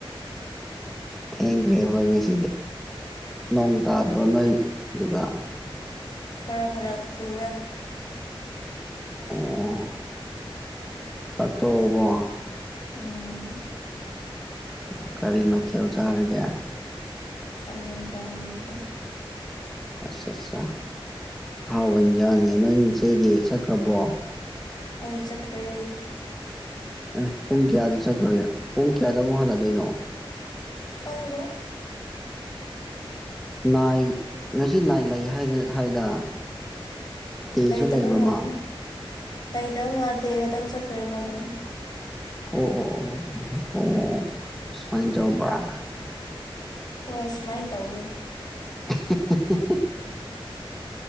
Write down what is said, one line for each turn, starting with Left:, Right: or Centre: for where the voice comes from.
Centre: ꯊꯦꯡꯈ꯭ꯔꯦ ꯍꯣꯏ ꯉꯁꯤꯗꯤ꯫ ꯅꯣꯡ ꯇꯥꯗ꯭ꯔꯣ ꯅꯣꯏ ꯗꯨꯗ꯫
Left: ꯈꯔ ꯈꯔ ꯆꯨꯋꯦ꯫
Centre: ꯑꯣ ꯆꯥꯛ ꯇꯣꯛꯑꯕꯣ꯫
Left: ꯎꯝ꯫
Centre: ꯑꯣ ꯀꯔꯤ ꯃꯊꯦꯜ ꯆꯥꯔꯒꯦ꯫
Left: ꯈꯥꯃꯦꯟꯒ ꯑꯂꯨꯒ꯫
Centre: ꯑꯠꯆꯥ ꯆꯥ ꯑꯍꯥꯎꯕ ꯏꯟꯖꯥꯡꯅꯦ ꯅꯣꯏꯆꯦꯗꯤ ꯆꯠꯈ꯭ꯔꯕꯣ꯫
Left: ꯍꯣꯏ ꯆꯠꯈ꯭ꯔꯦ꯫
Centre: ꯑꯦ ꯄꯨꯡ ꯀꯌꯥꯗ ꯆꯠꯈ꯭ꯔꯒꯦ ꯄꯨꯡ ꯀꯌꯥꯗ ꯑꯃꯨꯛ ꯍꯜꯂꯗꯣꯏꯅꯣ꯫
Left: ꯈꯪꯗꯦ꯫
Centre: ꯅꯥꯏ ꯉꯁꯤ ꯅꯥꯏꯠ ꯂꯩ ꯍꯥꯏꯒ ꯍꯥꯏꯗ꯫ ꯇꯦꯁꯨ
Left: ꯂꯩꯇꯕ
Centre: ꯂꯩꯕ꯭ꯔ
Left: ꯃꯥꯜꯂꯦ
Centre: ꯃꯥ
Left: ꯂꯩꯇꯕ ꯃꯥ ꯗꯦ ꯈꯇꯪ ꯆꯠꯈ꯭ꯔꯦꯕ ꯑꯗꯣ꯫
Centre: ꯑꯣ ꯑꯣ ꯑꯣ ꯑꯣ <inaudible> ꯁꯨꯃꯥꯏ ꯇꯧꯕꯔ꯫
Left: ꯍꯣꯏ ꯁꯨꯃꯥꯏ ꯇꯧꯋꯦ꯫
Centre: <unintelligible>